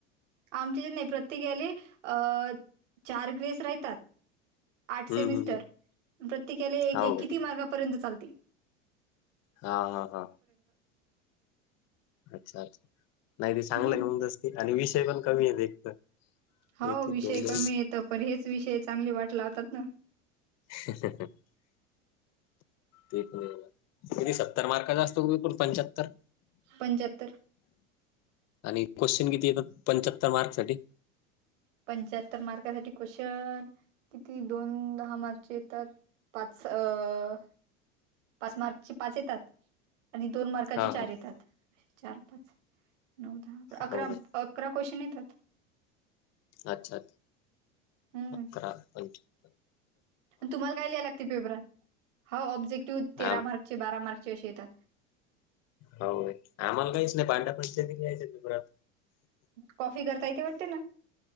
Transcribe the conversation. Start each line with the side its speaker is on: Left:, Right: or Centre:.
Right: आमचे जे नाही प्रत्येकले अ.. चार ग्रेस राहतात. आठ सेमिस्टर,
Left: हम्म हम्म हम्म
Right: प्रत्येकाला एक
Left: हाव काय
Right: किती मार्कापर्यंत चालतील.
Left: हा.. हा... हा.. अच्छा अच्छा, नाही ते चांगलं
Right: हं.
Left: तसं. आणि विषय पण कमी आहे, एक तर
Right: हो
Left: एक
Right: विषय
Left: एक दोन दोन
Right: कमी येतं पण हेच, विषय चांगली वाट लावतात ना.
Left: ते पण हाय ना. की सत्तर मार्काचा असतो, की एकूण पंच्याहत्तर.
Right: पंचात्तर.
Left: आणि क्वेश्चन किती येतात, पंचाहत्तर मार्क साठी.
Right: पंच्याहत्तर मार्कासाठी क्वेशन, किती दोन दहा मार्कचे येतात. पाच अ... पाच मार्कची पाच येतात, आणि दोन मार्क अकराचे
Left: हा
Right: चार
Left: हा
Right: येतात, चार, पाच, नऊ, दहा, अकरा
Left: हो काय
Right: अकरा क्वेशन येतात.
Left: अच्छा,
Right: हम्म
Left: अकरा पंच्याहत्तर.
Right: तुम्हाला काय लिहायला लागते पेपरात, हा ऑब्जेक्टिव्ह तेरा
Left: आम
Right: मार्कचे बारा मार्कचे असे येतात.
Left: होय.. आम्हाला काहीच नाही पांढ्या पंचायती यायच पेपरात. <inaudible>
Right: कॉफी करता येते वाटते ना